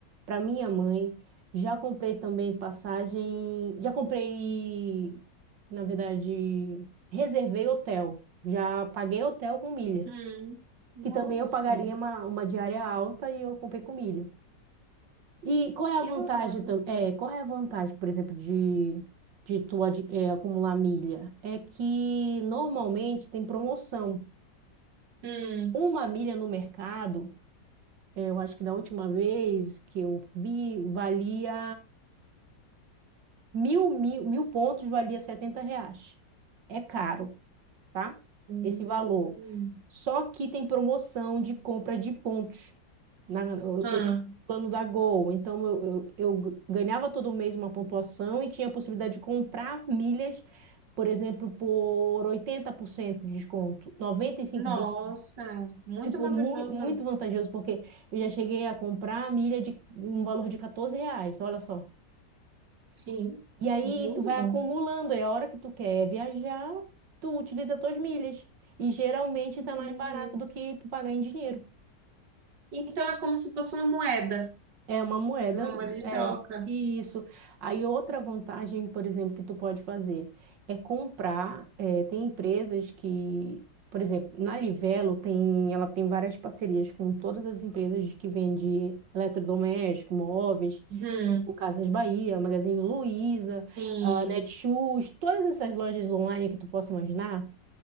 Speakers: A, on the right; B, on the right.
A: para minha mãe. Já comprei também passagem. Já comprei, na verdade, reservei hotel. Já paguei hotel com milha.
B: Hum, nossa,
A: Que também eu pagaria uma, uma diária alta e eu comprei com milha. E qual
B: que
A: é a vantagem
B: legal.
A: também? qual é a vantagem, por exemplo, de, de tu ad- é, acumular milha? É que normalmente tem promoção.
B: Hum,
A: Uma milha no mercado, é, eu acho que da última vez que eu vi, valia mil, mil, mil pontos, valia 70 reais. É caro. tá?
B: hum,
A: Esse valor. Só que tem promoção de compra de pontos. Na, eu,
B: hã,
A: eu tinha o plano da Gol, então eu, eu, eu ganhava todo mês uma pontuação e tinha a possibilidade de comprar milhas, por exemplo, por 80% de desconto, 95%.
B: nossa, muito
A: Tipo,
B: vantajoso.
A: mu muito vantajoso, porque eu já cheguei a comprar milha de um valor de 14 reais, olha só.
B: Sim,
A: E aí
B: muito
A: tu vai
B: bom.
A: acumulando, e a hora que tu quer viajar, tu utiliza tuas milhas. E geralmente tá
B: Entendi.
A: mais barato do que tu pagar em dinheiro.
B: Então é como se fosse uma moeda,
A: É uma moeda,
B: uma moeda de
A: é.
B: troca.
A: E isso. Aí outra vantagem, por exemplo, que tu pode fazer é comprar. eh, tem empresas que, por exemplo, na Livelo tem, ela tem várias parcerias com todas as empresas que vendem eletrodoméstico, móveis,
B: Hum,
A: tipo Casas Bahia, Magazine Luiza,
B: sim,
A: ah, Netshoes, todas essas lojas online que tu possa imaginar